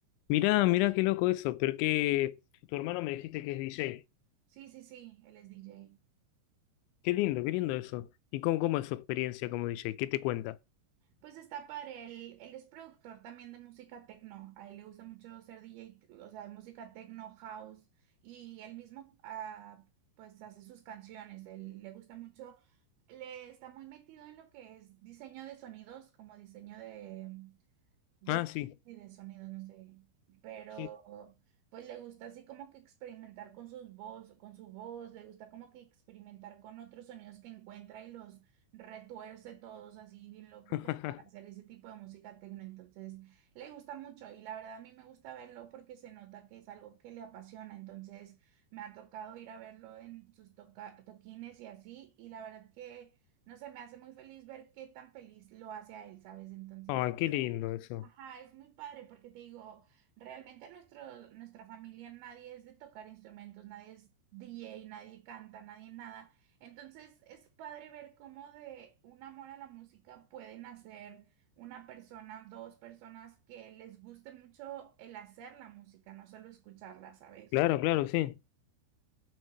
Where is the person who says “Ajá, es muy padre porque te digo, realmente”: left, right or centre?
Right